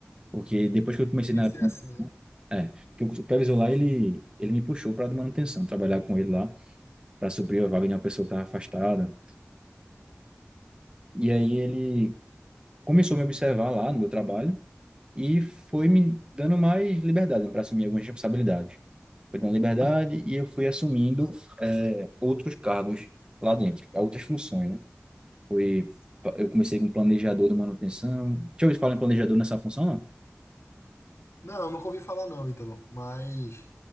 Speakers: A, on the right; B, on the left.
A: Porque depois que eu comecei
B: Tinha
A: na
B: que ser assim, né?
A: é, porque o supervisor lá, ele, ele me puxou para a manutenção, trabalhar com ele lá, para suprir a vaga de uma pessoa que estava afastada. E aí ele começou a me observar lá no meu trabalho e foi me dando mais liberdade para assumir algumas responsabilidades. Foi dando liberdade e eu fui assumindo é, outros cargos lá dentro, outras funções, né? Foi, eu comecei como planejador de manutenção. Deixa eu ver se fala em planejador nessa função, não.
B: Não, nunca ouvi falar não, Ítalo, mas